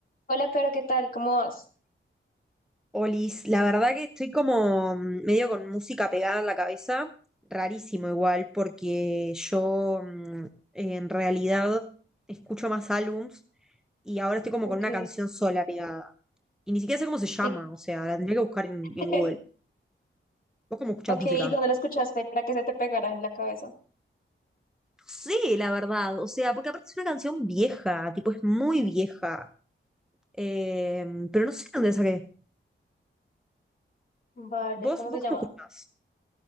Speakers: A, on the left; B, in the centre.
A: Hola, Caro, ¿qué tal? ¿Cómo vas?
B: Olis, la verdad que estoy como mm, medio con música pegada en la cabeza, rarísimo igual, porque yo mm, en realidad escucho más álbums y ahora estoy como
A: Ok.
B: con una canción sola pegada. Y ni siquiera sé cómo se llama,
A: ¿Y,
B: o sea, la tendría que buscar en,
A: <laughs>
B: en Google. ¿Vos cómo escuchás
A: ok,
B: música?
A: ¿y dónde lo escuchaste para que se te pegara en la cabeza?
B: No sé, la verdad, o sea, porque aparte es una canción vieja, tipo es muy vieja, Eh, pero no sé dónde la saqué.
A: Vale,
B: ¿Vos,
A: ¿cómo
B: vos
A: se llama?
B: cómo escuchás?